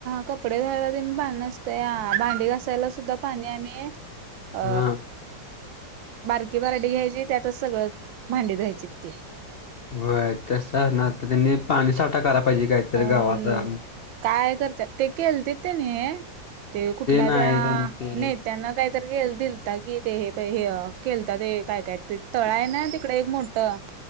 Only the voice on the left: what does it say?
हा
होय तस असणार तर, त्यांनी पाणी साठा करायला पाहिजे. काहीतरी
गावाचा
नाही
त्यां ते